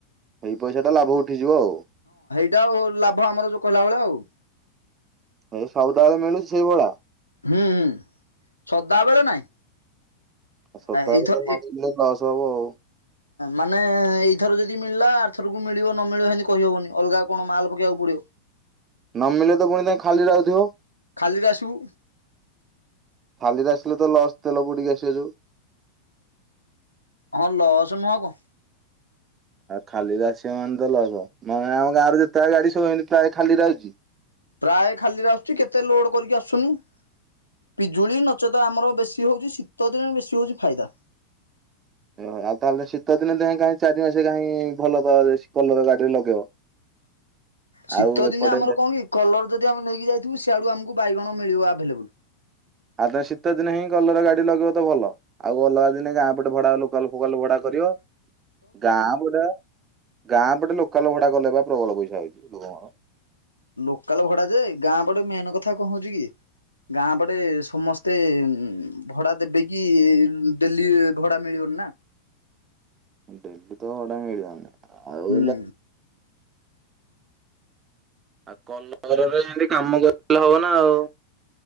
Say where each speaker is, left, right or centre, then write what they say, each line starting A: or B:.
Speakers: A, on the right (about 25°); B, on the left (about 85°).
A: ସେଇ ପଇସା ଟା ଲାଭ ଉଠିଯିବ ଆଉ
B: ଏଟ ଆଉ ଲାଭ ଆମର ଯୋଉ କହିଲା ଭେଳେଆ ଆଉ
A: ଏଇ ସବୁଦାବେଳେ ମିଳୁଛି ସେଇ ଭଳିଆ
B: ହୁଁ ହୁଁ ସଦା ବେଳେ ନାଇଁ
A: ଆଉ ସପ୍ତାହ
B: ଏଇଥ
A: ତ ନେଇଲେ
B: ଏ
A: ଦଶ ହବ ଆଉ
B: ମାନେ ଏଇଥର ଯଦି ମିଳିଲା ଆର୍ଥରକୁ ମିଳିବ ନ ମିଳିବ ସେମିତି କହିହବନି ଅଲଗା କଣ ମାଲ ପକେଇବାକୁ ପଡିବ
A: ନମିଲେ ତ ପୁଣି ତା ଖାଲି ଯାଉଥିବ
B: ଖାଲିରେ ଆସିବୁ।
A: ଖାଲିରେ ଆସିଲେ ତ ଲସ ତେଲ ପଡିକି ଆସିବା ଯଉ।
B: ହଁ ଲସ ନୁହଁ ଆଉ କଣ?
A: ଆଉ ଖାଲିରେ ଆସିବା ମାନେ ତ ଲସ ମାନେ ଆମ ଗାଁରେ ଯେତେଟା ଗାଡି ସବୁତ ପ୍ରାୟ ଖାଲିରେ ଆଉଛି।
B: ପ୍ରାୟ ଖାଲିରେ ଆସୁଛି କେତେ ଲୋଡ କରିକି ଆସୁଛନ୍ତି କି? ପିଜୁଳି ନଚେତ ଆମର ବେଶୀ ହଉଛି ଶୀତ ଦିନ ବେଶୀ ହଉଛି ଫାଇଦା।
A: ଓ ଆଉ ତାହେଲେ ଶୀତ ଦିନେ ଦେହଁ କାହିଁ ଚାରି ମାସେ କାହିଁ ଭଲ ତ କଲର ଗାଡିରେ ଲଗେଇବ?
B: ଶୀତ
A: ଆଉ ଏପଟେ
B: ଦିନେ ଆମର କଣ କି କଲର ଯଦି ଆମେ ନେଇକି ଯାଇଥିବୁ ସିଆଡୁ ଆମକୁ ବାଇଗଣ ମିଳିବ ଆଭେଲେବୁଲ।
A: ଆଉ ତ ଶୀତ ଦିନ ହିଁ କଲର ଗାଡି ଲଗେଇବ ତ ଭଲ ଆଉ ଅଲଗା ଦିନେ ଗାଁ ପଟେ ଭଡା ଲୋକାଲ ଫୋକଲ କରିବ ଗାଁ ପଟେ ଗାଁ ପଟେ ଲୋକ ସକାଳ ଭଡା କଲେ ବା ପ୍ରବଳ ପଇସା ହେଉଛି ଲୋକଙ୍କର।
B: ଲୋକାଲ ଭଡା ଯେ ଗାଁ ପଟେ ମେନ୍ କଥା କହୁଛି କି? ଗାଁ ପଟେ ସମସ୍ତେ ଭଡା ଦେବେ କିି ଡେଲି ଭଡା ମିଳିବନି ନା? <inaudible>
A: ଡେଲି ତ ଭଡା ମିଳିବନି ଆଉ
B: ହୁଁ
A: ଆଉ କଲ ଘରରେ ଯେମିତି କାମ କରିଲେ ହବ ନା ଆଉ?